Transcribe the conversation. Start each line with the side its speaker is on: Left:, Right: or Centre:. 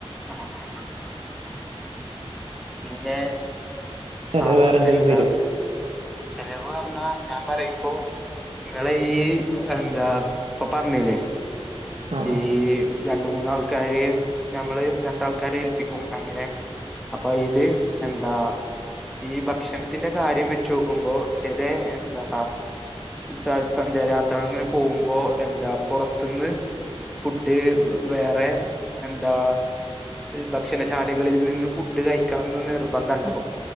Centre: ആഹ് ആഹ് പിന്നെ
Right: ചെലവ്
Centre: ആഹ്
Right: വേറെന്തേലും
Centre: എന്താ
Right: വരോ
Centre: ചെലവ് പറഞ്ഞാ ഞാൻ പറയുമ്പോ ഇങ്ങള് ഈ എന്താ ഇപ്പം പറഞ്ഞില്ലേ
Right: ആഹ്
Centre: ഈ രണ്ട മൂന്നാൾക്കാര് ഞമ്മള് രണ്ടാൾക്കാരെ ഏൽപ്പിക്കും അങ്ങനെ അപ്പൊ അയില് എന്താ ഈ ഭക്ഷണത്തിന്റെ കാര്യം വെച്ച നോക്കുമ്പോ ചില എന്താ സ സഞ്ചാരയാത്രകൾ ഇങ്ങനെ പോകുമ്പോ എന്താ പോറത്തുന്ന് ഫുഡ് വേറെ എന്താ ഭക്ഷണശാലകളിൽ നിന്ന് ഫുഡ് കഴിക്കണംന്ന് നിർബന്ധ ണ്ടാവും